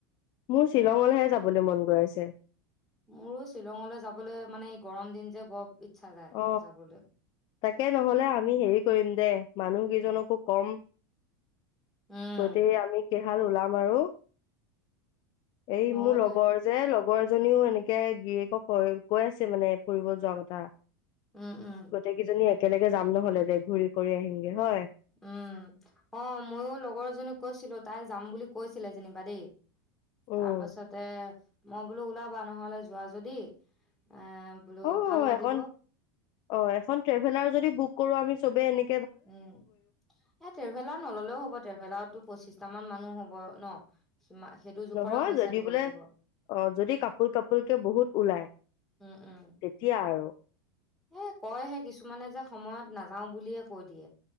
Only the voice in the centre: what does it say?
মোৰো শ্বিলঙলৈ যাবলৈ মানে এই গৰম দিন যে বৰ। ইচ্ছা যায়
যাবলৈ
উম
হয়
দে
উম উম
উম অ ময়ো লগৰ এজনীক কৈছিলো তাই যাম বুলি কৈছিলে যেনিবা দেই।
তাৰ পাছতে মই বোলো ওলাবা নহলে যোৱা যদি এ বোলো
ভাল লাগিব
উম এ ট্ৰেভেলাৰ নললেও হ'ব ট্ৰেভেলাৰতটো পঁচিছ তামাম মানুহ হ'ব ন? সিমা সেইটো জোখৰে
পইচা
দিব
লাগিব
উম উম
এ কয় হে কিছুমানে যে সময়ত নাযাও বুলিয়ে ক কৈ দিয়ে।